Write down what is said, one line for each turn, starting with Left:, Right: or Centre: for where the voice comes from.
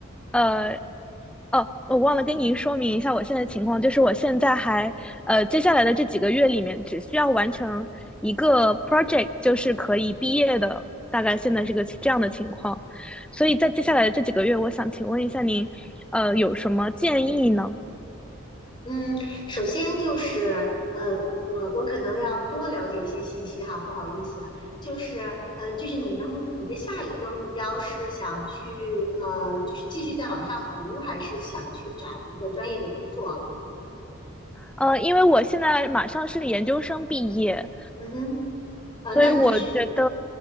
Centre: 呃。哦，我忘了跟您说明一下我现在的情况，就是我现在还呃，接下来的这几个月里面，只需要完成一个 project，就是可以毕业的大概现在是个这样的情况，所以在接下来的这几个月，我想请问一下您，呃，有什么建议呢？
Left: <laughs> 嗯，首先就是呃，我我可能要多了解一些信息哈，不好意思，就是呃，就是你的目，你的下一个目标是想去呃，就是继续再往上读，还是想去找一个专业的工作？
Centre: 呃，因为我现在马上是研究生毕业，
Left: 嗯哼，呃，
Centre: 所以我觉得，
Left: 那你就是